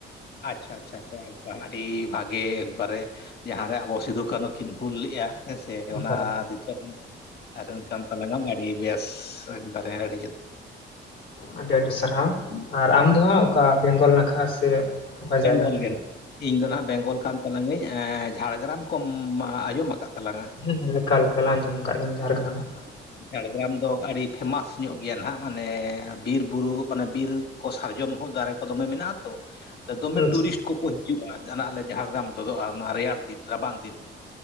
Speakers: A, on the left; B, on the left.
A: ᱟᱪᱪᱷᱟ ᱟᱪᱪᱷᱟ ᱮᱵᱤ ᱵᱷᱟᱜᱮ ᱮᱠᱵᱟᱨᱮ᱾ ᱡᱟᱦᱟᱸ ᱨᱮ ᱟᱵᱚ ᱥᱤᱫᱩ-ᱠᱟᱹᱱᱦᱩ ᱠᱤᱱ ᱦᱩᱞ ᱞᱮᱼᱟ᱾ ᱦᱮᱸᱥᱮ ᱮ
B: ᱚᱱᱠᱟ
A: ᱚᱱᱟ
B: ᱜᱮ
A: ᱫᱤᱥᱚᱢ ᱨᱮᱱ ᱠᱟᱱ ᱛᱟᱞᱟᱝᱟᱢ ᱟᱹᱰᱤ ᱵᱮᱥ᱾ ᱮᱠᱵᱟᱨᱮ ᱟᱹᱰᱤ ᱡᱩᱛ
B: ᱟᱹᱰᱤ ᱟᱹᱰᱤᱟᱹ ᱥᱟᱨᱦᱟᱣ ᱟᱨ ᱟᱢ ᱫᱚ ᱦᱟᱸᱜ ᱠᱟ ᱵᱮᱝᱜᱚᱞ ᱱᱟᱠᱷᱟ ᱥᱮ ᱚᱠᱟ ᱡᱟᱭᱜᱟ
A: ᱵᱮᱱᱜᱳᱞ ᱜᱮ ᱱᱟ <inaudible> ᱤᱧ ᱫᱚ ᱱᱟᱦᱟᱜ ᱵᱮᱝᱜᱚᱞ ᱠᱟᱱ ᱛᱟᱞᱟᱝᱤᱧ ᱮᱻ ᱡᱷᱟᱲᱜᱨᱟᱢ ᱠᱚᱢ ᱟᱸᱡᱚᱢ ᱟᱠᱟᱫ ᱛᱟᱞᱟᱝᱟ?
B: ᱦᱩᱸ ᱦᱩᱸ ᱮᱠᱟᱞ ᱮᱠᱟᱞ ᱟᱡᱚᱢ ᱟᱠᱟᱜ ᱜᱤᱭᱟᱹᱧ ᱡᱷᱟᱨᱜᱨᱟᱢ ᱾
A: ᱡᱷᱟᱲᱜᱨᱟᱢ ᱫᱚ ᱟᱹᱰᱤ ᱯᱷᱮᱢᱟᱥ ᱧᱚᱜ ᱜᱮᱭᱟ ᱱᱟᱦᱟᱜ ᱢᱟᱱᱮ ᱵᱤᱨᱵᱩᱨᱩ ᱢᱟᱱᱮ ᱵᱤᱨ ᱠᱚ ᱥᱟᱨᱡᱚᱢ ᱦᱚᱸ ᱫᱟᱨᱮ ᱠᱚ ᱫᱚᱢᱮ ᱢᱮᱱᱟᱜᱼᱟ ᱛᱚ, ᱫᱚᱢᱮ
B: ᱟᱪᱪᱷᱟ
A: ᱴᱩᱨᱤᱥᱴ ᱠᱚᱠᱚ ᱦᱤᱡᱩᱜᱼᱟ ᱡᱟᱦᱟ ᱱᱟᱣᱟ ᱟᱞᱮ ᱡᱷᱟᱲᱜᱨᱟᱢ ᱛᱮᱫᱚ ᱟᱨ ᱱᱚᱣᱟ ᱨᱮᱭᱟᱲ ᱫᱤᱱ ᱨᱟᱵᱟᱝ ᱫᱤᱱ,